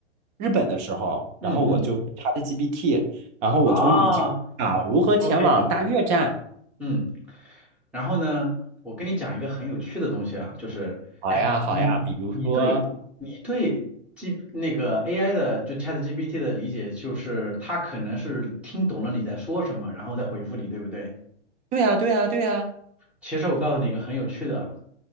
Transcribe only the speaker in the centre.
嗯嗯，
啊，OK，嗯，然后呢，我跟你讲一个很有趣的东西啊，就是，
哎，
你你你对你对
G 那个 AI 的就 ChatGPT 的理解，就是它可能是听懂了你在说什么，然后再回复你，对不对？
其实我告诉你一个很有趣的